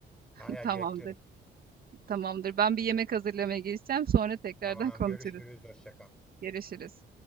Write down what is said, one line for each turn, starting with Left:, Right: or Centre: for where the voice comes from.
Right: <laughs>
Centre: Hay hay
Right: Tamamdır.
Centre: beklerim.
Right: Tamamdır. Ben bir yemek hazırlamaya geçeceğim. Sonra tekrardan
Centre: Tamam
Right: <laughs> konuşuruz.
Centre: görüşürüz. Hoşça kal.
Right: Görüşürüz.